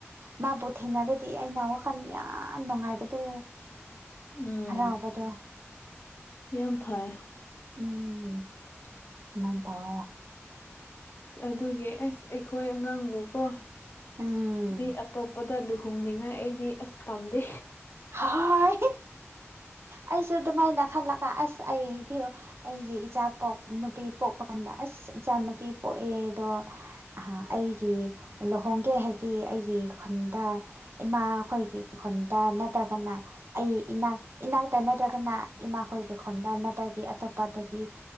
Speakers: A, on the right; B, on the left.
A: ꯃꯥꯕꯨ ꯊꯦꯡꯅꯔꯗꯤ ꯑꯩꯅ ꯋꯥꯈꯜ ꯌꯥꯝ ꯅꯨꯡꯉꯥꯏꯕꯗꯣ
B: ꯎꯝ
A: ꯍꯔꯥꯎꯕꯗꯣ
B: ꯌꯥꯝ ꯐꯥꯏ꯫
A: ꯎꯝ ꯃꯥꯏꯅ ꯇꯋꯏ ꯌꯥꯦ
B: ꯑꯗꯨꯒꯤ ꯑꯁ ꯑꯩꯈꯣꯏ ꯑꯉꯥꯡꯕꯨꯀꯣ
A: ꯎꯝ
B: ꯃꯤ ꯑꯇꯣꯞꯄ ꯇ ꯂꯨꯍꯣꯡꯅꯤꯡꯉꯥꯏ ꯑꯩꯗꯤ ꯑꯁ ꯄꯥꯝꯗꯦ
A: ꯍꯣꯏ ꯑꯩꯁꯨ ꯑꯗꯨꯃꯥꯏꯅ ꯈꯜꯂꯛꯒ ꯑꯁ ꯑꯩꯗꯤ ꯑꯩꯒꯤ ꯏꯆꯥ ꯄꯣꯛ ꯅꯨꯄꯤ ꯄꯣꯛꯄ ꯀꯥꯟꯗ ꯑꯁ ꯏꯆꯥ ꯅꯨꯨꯄꯤ ꯄꯣꯛꯑꯦꯗꯣ ꯑꯩꯒꯤ ꯂꯨꯍꯣꯡꯒꯦ ꯍꯥꯏꯗꯤ ꯑꯩꯒꯤ ꯈꯨꯟꯗ ꯏꯃꯥ ꯑꯩꯈꯣꯏꯒꯤ ꯈꯨꯟꯗ ꯅꯠꯇ꯭ꯔꯒꯅ ꯑꯩ ꯏꯅꯥꯛ ꯏꯅꯥꯛꯇ ꯅꯠꯇ꯭ꯔꯒꯅ ꯏꯃꯥꯈꯣꯏꯒꯤ ꯈꯣꯟꯗ ꯅꯠꯇ꯭ꯔꯗꯤ ꯑꯇꯣꯞꯄꯗꯗꯤ